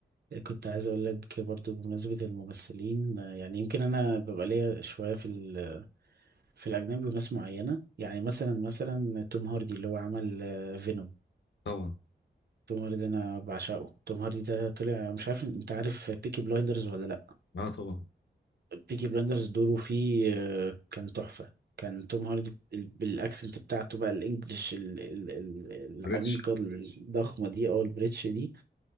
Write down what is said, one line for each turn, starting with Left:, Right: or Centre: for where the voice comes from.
Right: كنت عايز اقول لك برضو بمناسبة الممثلين آه، يعني يمكن انا ببقى ليا شوية في ال- في الاجنبي وناس معينة يعني مثلا مثلا توم هاردي اللي هو عمل فينوم
Left: طبعا
Right: توم هاردي انا بعشقه توم هاردي ده طلع مش عارف انت عارف بيكي بلايندرز ولا لا
Left: اه طبعا
Right: بيكي بلايندرز دوره فيه آه، كان تحفة كان توم هاردي بال- بالاكسنت بتاعته بقى الانجليش ال- ال- ال- العميقة
Left: ريتش
Right: الضخمة دي او البريتش دي